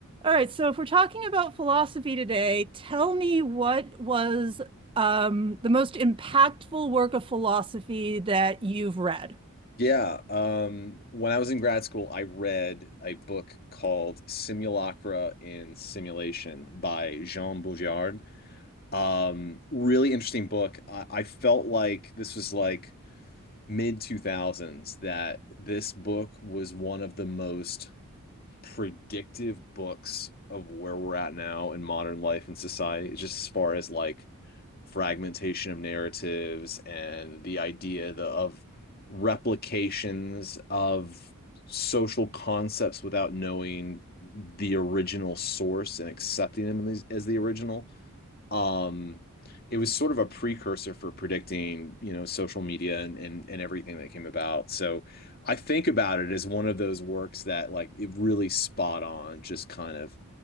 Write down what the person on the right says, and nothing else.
All right, so if we're talking about philosophy today, tell me what was um, the most impactful work of philosophy that you've read?